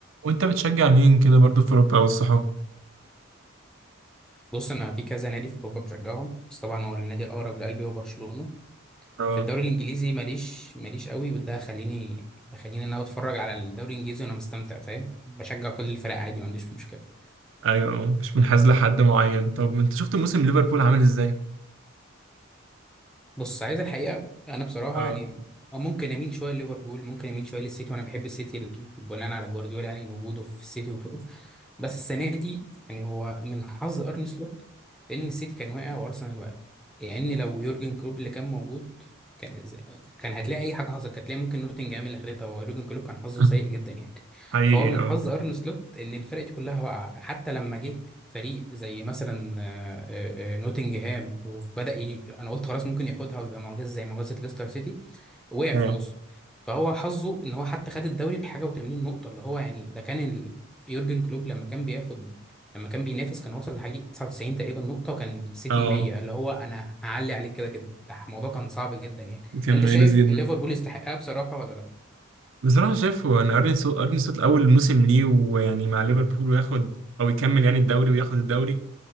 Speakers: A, on the right (about 65°); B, in the centre.
A: وانت بتشجع مين كده برضو في اوروبا والصحاب
B: بص انا في كذا نادي في اوروبا بشجعهم بس طبعا هو النادي الاقرب لقلبي هو برشلونه
A: اه
B: في الدوري الانجليزي ماليش ماليش قوي وده خليني بخليني ان انا بتفرج على الدوري الانجليزي وانا مستمتع فاهم بشجع كل الفرق عادي ما عنديش مشكله
A: ايوه اه مش منحاز لحد معين طب انت شفت موسم ليفربول عامل ازاي
B: بص عايز الحقيقه انا بصراحه
A: اه
B: يعني آه ممكن اميل شويه لليفربول ممكن اميل شويه للسيتي وانا بحب السيتي بناء على جوارديولا يعني وجوده في السيتي وكده بس السنه دي يعني هو من حظ ارني سلوت ان السيتي كان واقع وارسنال واقع يعني لو يورجن كلوب اللي كان موجود كان إز- كان هتلاقي اي حاجه حصلت كانت هتلاقي ممكن نوتنجهام اللي خدتها ويورجن كلوب كان حظه
A: <laughs>
B: سيء جدا يعني
A: حقيقي
B: فهو من
A: اه
B: حظ ارن سلوت ان الفرق دي كلها واقعه حتى لما جه فريق زي مثلا آه، آه، آه، نوتنجهام وبدأ ي... انا قلت خلاص ممكن ياخدها ويبقى معجزه زي معجزه ليستر سيتي وقع في
A: اه
B: النص فهو حظه ان هو حتى خد الدوري بحاجه و80 نقطه اللي هو يعني ده كان ال... يورجن كلوب لما كان بياخد لما كان بينافس كان وصل لحاجه 99 تقريبا نقطه وكان السيتي
A: اه
B: 100 اللي هو انا هعلي عليك كده كده ده الموضوع كان صعب جدا يعني
A: كان
B: انت
A: مميز
B: شايف
A: جدا
B: ليفربول يستحقها بصراحه ولا لا
A: بصراحة شايف هو ان ارني سلوت ارني سلوت اول موسم ليه ويعني مع ليفربول وياخد او يكمل يعني الدوري وياخد الدوري